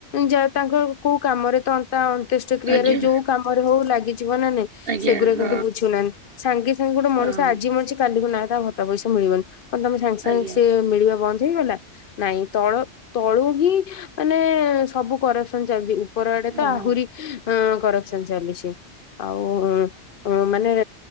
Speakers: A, on the left; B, on the right.
A: ଯା ତାଙ୍କର କୋଉ କାମରେ ତ ତା ଅନ୍ତେଷ୍ଟ କ୍ରିୟାରେ
B: ଆଜ୍ଞା
A: ଯୋଉ କାମରେ ହୋଉ ଲାଗିଯିବ ନା ନାଇଁ।
B: ଆଜ୍ଞା
A: ସେଗୁରା
B: ହଁ
A: କିନ୍ତୁ ବୁଝୁନାହାନ୍ତି ସାଙ୍ଗେ ସାଙ୍ଗେ ଗୋଟେ ମଣିଷ
B: ହଁ।
A: ଆଜି ମରିଚି କାଲିକୁ ନାଁ ତା ଭତ୍ତା ପଇସା ମିଳିବନି। କନ୍ ତମେ ସାଙ୍ଗେ ସାଙ୍ଗେ
B: ଆଜ୍ଞା
A: ସେ ମିଳିବା ବନ୍ଦ ହେଇଗଲା ନାଇଁ ତଳ ତଳୁ ହିଁ ମାନେ ସବୁ କରପସନ ଚାଲିଛି ଉପର ଆଡେ
B: ହଁ
A: ତ ଆହୁରି ଅଁ କରପସନ ଚାଲିଛି। ଆଉଉଁ ଉ ମାନେ